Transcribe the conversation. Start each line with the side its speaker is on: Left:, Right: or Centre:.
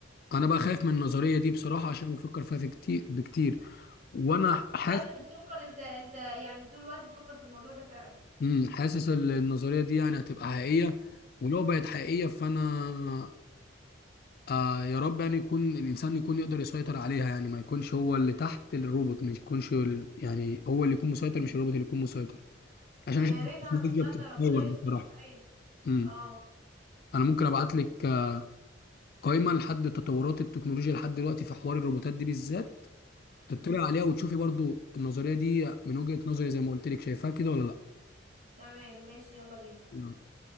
Left: انا بقى خايف من النظريه دي بصراحه عشان بفكر فيها في كتير بكتير وانا حاسس
Right: اه انت بتفكر انت انت يعني طول الوقت بتفكر في الموضوع ده فعلا
Left: امم حاسس ال- النظريه دي يعني هتبقى حقيقيه ولو بقت حقيقيه فانا آه يا رب يعني يكون الانسان يكون يقدر يسيطر عليها يعني ما يكونش هو اللي تحت الروبوت مش يكونش ال- يعني هو اللي يكون مسيطر مش الروبوت اللي يكون مسيطر عشان
Right: آه، يا
Left: أشوف التكنولوجيا
Right: ريت انا بتمنى
Left: بتتطور
Right: ربنا يستر
Left: بصراحه
Right: صحيح
Left: امم
Right: اه
Left: انا ممكن ابعت لك آه، قائمه لحد تطورات التكنولوجيا لحد دلوقتي في حوار الروبوتات دي بالذات تطلع
Right: امم
Left: عليها وتشوفي برضو النظريه دي من وجهه نظري زي ما قلت لك شايفاها كده ولا
Right: تمام ماشي يلا بينا
Left: لا